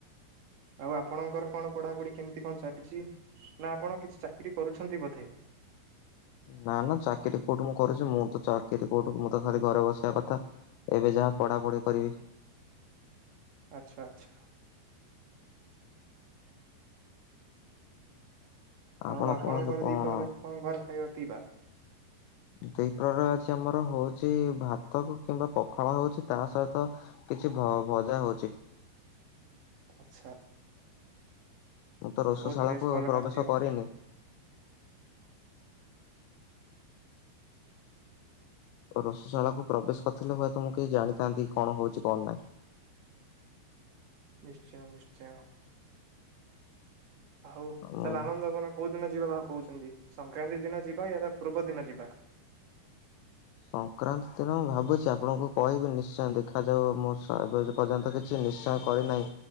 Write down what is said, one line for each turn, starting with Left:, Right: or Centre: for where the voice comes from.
Right: ଆଉ। ଆପଣଙ୍କର କଣ ପଢାପଢି କେମିତି କଣ ଚାଲିଛି? ନା ଆପଣ କିଛି ଚାକିରି କରୁଛନ୍ତି ବୋଧେ।
Left: ନା ନା ଚାକିରୀ କୋଉଠି ମୁଁ କରୁଛି ମୁଁ ତ ଚାକିରି କୋଉଠୁ ମୁଁ ତ ଖାଲି ଘରେ ବସିବା କଥା ଏବେ ଯାହା ପଢ଼ାପଢ଼ି କରିବି।
Right: ଆଚ୍ଛା ଆଚ୍ଛା।
Left: ଆପଣ
Right: ଆଉ ଆପଣଙ୍କର
Left: କୁହନ୍ତୁ କଣ?
Right: ଦ୍ଵିପହର ରେ କଣ ଘରେ ଖାଇବା ପିଇବା?
Left: ଦ୍ଵିପହର ଆଜି ଆମର ହଉଛି ଭାତ କୁ କିମ୍ବା ପଖାଳ ହଉଛି ତା ସହିତ କିଛି ଭ ଭଜା ହଉଛି।
Right: ଆଚ୍ଛା।
Left: ମୁଁ ତ ରୋଷଶାଳା
Right: ବହୁତ ବେଶ
Left: କୁ ଆଉ
Right: ଭଲ
Left: ପ୍ରବେଶ
Right: ଖାଦ୍ୟ
Left: କରିନି। ରୋଷଶାଳା କୁ ପ୍ରବେଶ କରିଥିଲେ ହୁଏତ ମୁଁ କିଛି ଜାଣିଥାନ୍ତି କଣ ହଉଛି କଣ ନାହିଁ?
Right: ନିଶ୍ଚୟ ନିଶ୍ଚୟ। ହଉ
Left: ମୁଁ
Right: ତାହେଲେ ଆନନ୍ଦବନ କୋଉ ଦିନ ଯିବା ଭାବୁ କହୁଛନ୍ତି ସଂକ୍ରାନ୍ତି ଦିନ ଯିବା ୟା ତା ପୂର୍ବ ଦିନ ଯିବା?
Left: ସଂକ୍ରାନ୍ତି ଦିନ ମୁଁ ଭାବୁଛି ଆପଣଙ୍କୁ କହିବି ନିଶ୍ଚୟ। ଦେଖାଯାଉ ମୋ <unintelligible> କରି ନାହିଁ